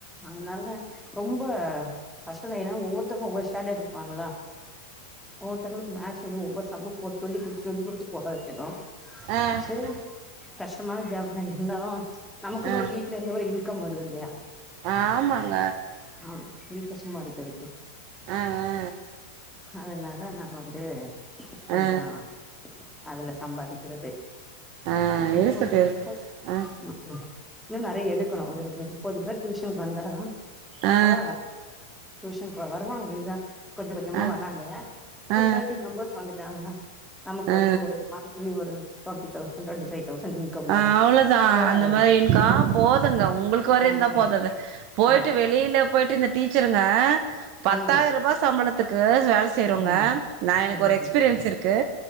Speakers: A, in the centre; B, on the right (about 45°).
A: அதனால ரொம்ப கஷ்டந்தா ஏனா ஒவ்வொருத்தக்கு ஒவ்வொரு ஸ்டாண்டர்ட் இருப்பாங்களா ஓவ்வொருத்தங்ளுக்கு மேக்ஸ் வந்து ஒவ்வொரு சம்மு போட சொல்லி குடுத்துட்டு வந்து குடுத்து போட வெக்கணு
B: ஆ ஆ
A: சே கஷ்டமான ஜாப்தா இருந்தாலு நமக்குன்னு
B: ஆ
A: ஒரு வீட் டில இருந்து ஒரு இன்கம் வருது இல்லையா
B: ஆமாங்க
A: ஆ இது கஷ்டமா இருக்கு எனக்கு
B: ஆ ஆ
A: அதனால நா வந்து கொஞ்சோ
B: ஆ ஆ
A: அதுல சம்பாதிக்கிறது
B: ஆ
A: எதோ
B: இருக்கட்டு இருக்
A: கொ
B: ஆ
A: ம் ம் இன்னு நெறைய எடுக்கணு ஒரு முப்பது பேர் டியூஷனுக்கு வந்தாதா
B: ஆ
A: பரவால டியூஷன்குகா வருவாங்க இனிதா கொஞ்ச கொஞ்சமா
B: ஆ
A: வராங்க
B: ஆ
A: ஒரு
B: ஆ
A: தேர்ட்டி மெம்பர் வந்துடாங்கன நமக்கு
B: ஆ
A: வந்து ஒரு மந்த்லி ஒரு twenty thousand twenty five thousand income
B: ஆ
A: வரு
B: அவ்ளோதா
A: போராதானே
B: அந்த மாரிங்க்கா போதுங்க உங்களுக்கு வர
A: ம்
B: இருந்தா
A: ம்
B: போதது போயிட்டு
A: ஆ
B: வெளியில போயிட்டு இந்த டீச்சருங்க பத்தாயிர
A: ம்
B: ரூபா சம்பளத்துக்கு வேல செய்றவுங்க
A: ம் ம்
B: நா எனக்கு
A: ம்
B: ஒரு எக்ஸ்பீரியன்ஸ்
A: ம் ம்
B: இருக்கு